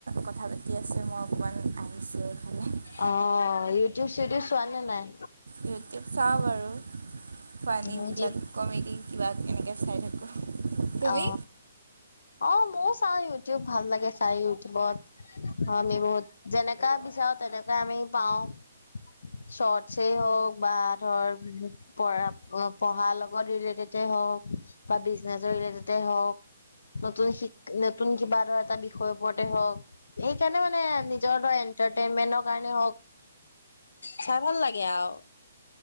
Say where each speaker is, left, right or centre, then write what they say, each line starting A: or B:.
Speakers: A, on the right (about 85°); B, on the left (about 80°).
A: কথা পাতি আছে মই অকণমান আহিছোঁ এইফালে -
B: অ ইউটিউব চিটিউব চোৱা নে নাই?
A: ইউটব চাও বাৰু ফনিৰ
B: ইউটিউব
A: বিলাক - কমেডি কিবা এনেকৈ চাই থাকোঁ। তুমি
B: অ অ ম‌ইয়ো চাওঁ ইউটিউব ভাল লাগে চাই ইউটিউবত - হয় আমি বহুত যেনেকা বিচাৰো তেনেকােৱাই আমি পাও - শৰ্টছেই হওক বা ধৰ- কৰা পঢ়াৰ লগত ৰিলেটেড হওক বা বিজনেচৰ ৰিলেটেড হওঁক - নতুন শিক নতুন কিবা এটা ধৰ বিষয়ৰ ওপৰতে হওক - এইকাৰণে মানে নিজৰ ধৰ এন্টাৰটেইনমেন্টৰ কাৰণে হওক - চাই ভাল লাগে আও।